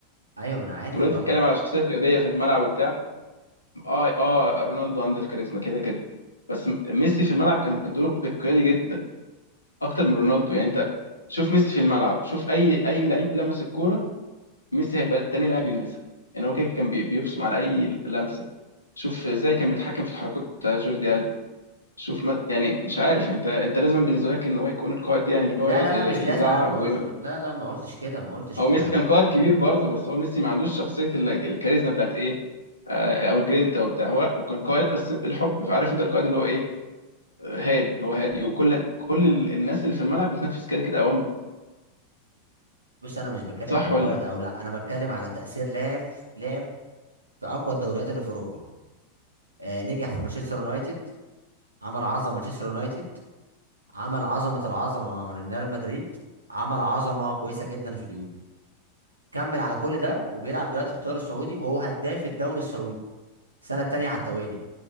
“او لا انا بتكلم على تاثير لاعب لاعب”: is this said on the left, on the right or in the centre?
Right